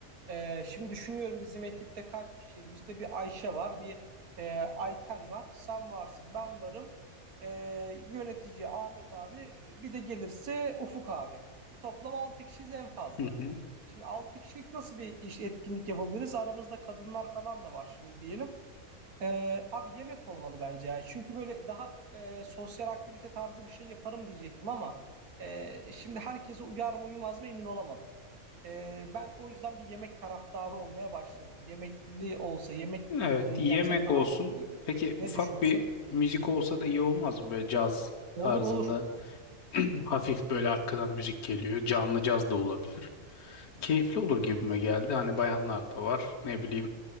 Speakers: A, on the right; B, on the left.
A: E, şimdi düşünüyorum bizim ekipte kaç kişiyiz? Bizde bir Ayşe var, bir e, Ayten var, sen varsın, ben varım. E, yönetici Ahmet abi, bir de gelirse Ufuk abi. Toplam 6 kişiyiz en fazla.
B: Hı hı.
A: Şimdi 6 kişilik nasıl bir iş etkinlik yapabiliriz? Aramızda kadınlar falan da var şimdi diyelim. Ee, abi yemek olmalı bence ya. Çünkü böyle daha e, sosyal aktivite tarzı bir şey yaparım diyecektim ama e, şimdi herkese uyar mı uymaz mı emin olamadım. Ee, ben o yüzden bir yemek taraftarı olmaya başladım. Yemekli olsa, yemek
B: Evet,
A: etkinliği
B: yemek
A: yapsak daha
B: olsun.
A: iyi olur gibi.
B: Peki ufak
A: Ne düşünüyorsun?
B: bir müzik olsa da iyi olmaz mı böyle caz
A: Olur
B: tarzında?
A: olur.
B: Hafif böyle arkadan müzik geliyor. Canlı caz da olabilir. Keyifli olur gibime geldi. Hani bayanlar da var. Ne bileyim